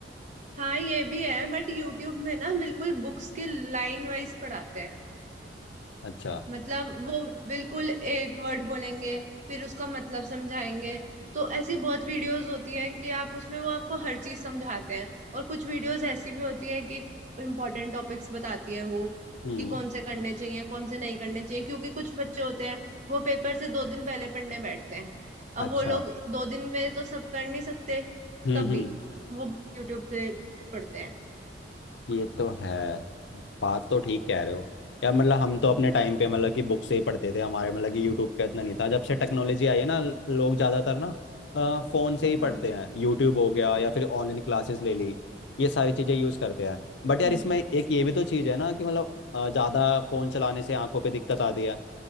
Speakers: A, on the right (about 40°); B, on the left (about 70°).
A: हाँ ये भी है बट यूट्यूब में ना बिल्कुल बुक्स के लाइन वाइज पढ़ाते हैं
B: अच्छा
A: मतलब वो बिल्कुल एक वर्ड बोलेंगे फिर उसका मतलब समझाएंगे तो ऐसी बहुत वीडियोस होती हैं कि आप उसमें वो आपको हर चीज समझाते हैं और कुछ वीडियोस ऐसी भी होती है कि इम्पोर्टेंट टॉपिक्स बताती है वो
B: हम्म
A: कि कौन से करने चाहिए कौन से नहीं करने चाहिए क्योंकि कुछ बच्चे होते हैं वो पेपर से दो दिन पहले पढ़ने बैठते हैं अब
B: अच्छा
A: वो लोग दो दिन में तो सब कर नहीं सकते
B: हम्म
A: तब भी
B: हम्म
A: वो यूट्यूब से पढ़ते हैं
B: ये तो है बात तो ठीक कह रहे हो यार मतलब हम तो अपने टाइम पे मतलब कि बुक से ही पढ़ते थे हमारे मतलब कि यूट्यूब का इतना नहीं था जब से टेक्नोलॉजी आई है ना लोग ज़्यादातर ना फ़ोन से ही
A: हाँ
B: पढ़ते हैं यूट्यूब हो गया या फिर ऑनलाइन क्लासेस ले ली ये सारी चीज़ें यूज़ करते हैं बट यार
A: हम्म
B: इसमें एक ये भी तो चीज़ है ना कि मतलब ज़्यादा फ़ोन चलाने से आंखों पे दिक्कत आती है